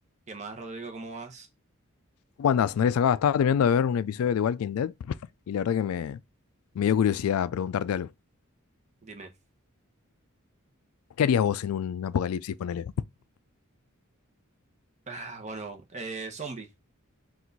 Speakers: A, on the right; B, on the left.
A: ¿Qué más, Rodrigo? ¿Cómo vas?
B: ¿Cómo andás, Andrés? Acá estaba terminando de ver un episodio de Walking Dead y la verdad que me, me dio curiosidad preguntarte algo.
A: Dime.
B: ¿Qué harías vos en un apocalipsis, ponele?
A: Ah, bueno, eh, zombie